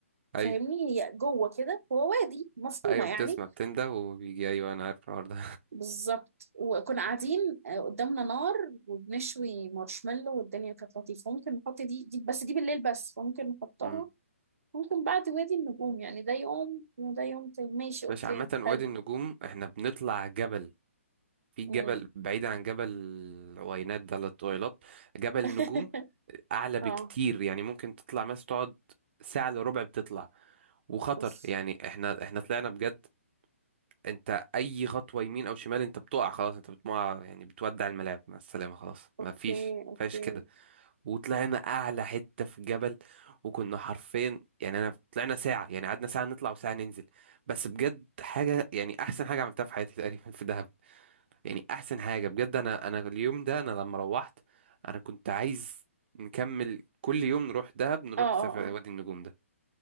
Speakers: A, on the right; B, on the right.
A: ايوه
B: فاهمني هي جوه كده هو وادي مفهومة
A: ايوه
B: يعني
A: بتسمع بتنده وبيجي ايوه انا عارف الحوار ده
B: بالظبط وكنا قاعدين آه، قدامنا نار وبنشوي مارشميلو والدنيا كانت لطيفة ممكن نحط دي, دي بس دي بالليل بس ممكن
A: <laughs>
B: نحطها
A: أمم.
B: ممكن بعد وادي النجوم يعني ده يوم وده يوم تاني ماشي اوكي
A: مش عامة وادي
B: حلو
A: النجوم احنا بنطلع جبل في جبل
B: مم.
A: بعيد عن جبل العوينات ده للطويلات جبل
B: <laughs>
A: النجوم آه، اعلى بكتير
B: اه
A: يعني ممكن تطلع مثلا تقعد ساعة الا ربع بتطلع وخطر
B: بص
A: يعني احنا احنا طلعنا بجد انت اي خطوه يمين او شمال انت بتقع خلاص انت بتقع يعني بتودع الملاعب مع السلامه خلاص ما
B: اوكي
A: فيش
B: اوكي
A: فيش كده وطلعنا اعلى حته في الجبل وكنا حرفيا يعني انا طلعنا ساعه يعني قعدنا ساعه نطلع وساعه ننزل بس بجد حاجه يعني احسن حاجه عملتها في حياتي تقريبا في دهب يعني احسن حاجه بجد انا انا اليوم ده انا لما روحت انا كنت عايز نكمل كل يوم نروح دهب نروح
B: اه اه
A: سفر
B: اه
A: وادي النجوم ده